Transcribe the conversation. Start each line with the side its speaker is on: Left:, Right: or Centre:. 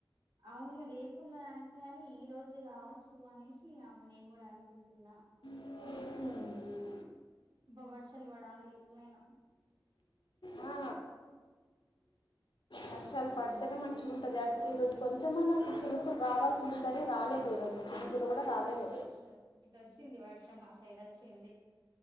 Right: అవును రేపు ఉంది అంటున్నాని ఈ రోజు కావచ్చు అనేసి నేను కూడా అనుకుంటున్నా. అ
Left: <inaudible>
Right: అబ్బా వర్షాలు పడాలి ఎట్లా అయినా
Left: ఆ వర్షాలు పడితేనే మంచిగా ఉంటది అసలు ఈ రోజు కొంచెంమన్నా అసలు చినుకులు రావాల్సింది కానీ రాలేదు. ఈరోజు చినుకులు
Right: ఇటు వచ్చింది
Left: కూడా రాలేదు
Right: మరి వర్షం ఇటు వచ్చింది వర్షం మా సైడ్ వచ్చింది.